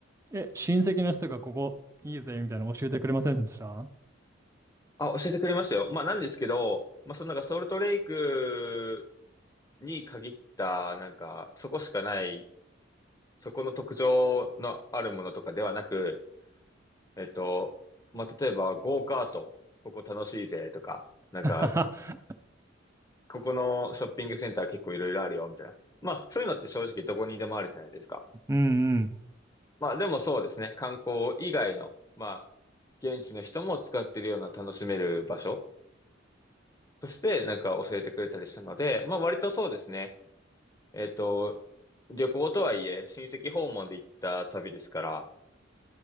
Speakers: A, on the right; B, on the left.
A: え、親戚の人がここいいぜみたいなの教えてくれませんでした
B: あ、教えてくれましたよ。まあなんですけど、まあそのなんかソルトレイクに限った、なんかそこしかない、そこの特徴のあるものとかではなく、えっと、まあ、例えば、ゴーカート、ここ楽しいぜとか、なんか、
A: <laughs>
B: ここのショッピングセンター結構いろいろあるよ、みたいな。まあ、そういうのって正直どこにでもあるじゃないですか。
A: うんうん
B: まあ、でもそうですね、観光以外の、まあ、現地の人も使ってるような楽しめる場所として、なんか教えてくれたりしたので、まあ、割とそうですね、えっと、旅行とはいえ、親戚訪問で行った旅ですから、